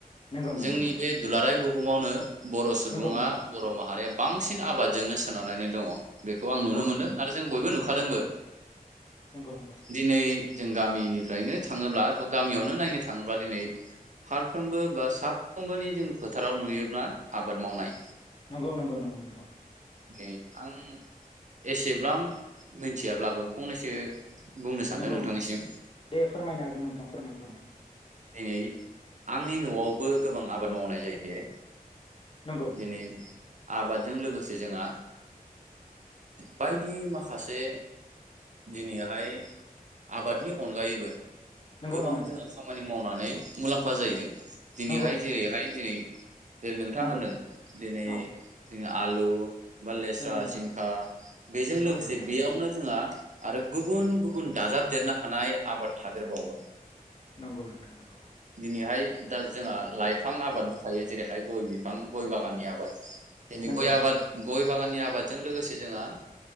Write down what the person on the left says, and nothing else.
नंगौ नंगौ
नंगौ नंगौ
नंगौ
नोंथां
नंगौ नंगौ
नंगौ नंगौ नंगौ।
नंगौ
नंगौ दे फोरमायनो हागोन नोंथां फोरमाय फोरमाय।
नंगौ
नंगौ
नामा नोंथां
नंगौ
नंगौ
औ
नंगौ नामा
औ नोंथां
नोंगौ नोंथां नोंगौ
नंगौ
नंगौ